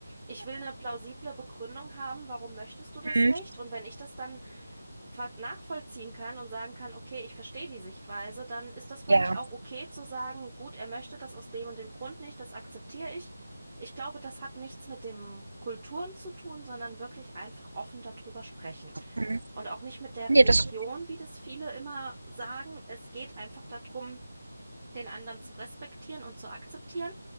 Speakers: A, on the right; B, on the right.
A: ich will eine plausible Begründung haben, warum möchtest du das
B: Mhm.
A: nicht? Und wenn ich das dann ver- nachvollziehen kann und sagen kann, okay, ich verstehe die Sichtweise, dann ist das für
B: Ja.
A: mich auch okay zu sagen, gut, er möchte das aus dem und dem Grund nicht, das akzeptiere ich. Ich glaube, das hat nichts mit dem Kulturen zu tun, sondern wirklich einfach offen darüber sprechen.
B: Mhm.
A: Und auch nicht mit der
B: Ne,
A: Religion,
B: das
A: wie das viele immer sagen. Es geht einfach darum, den anderen zu respektieren und zu akzeptieren.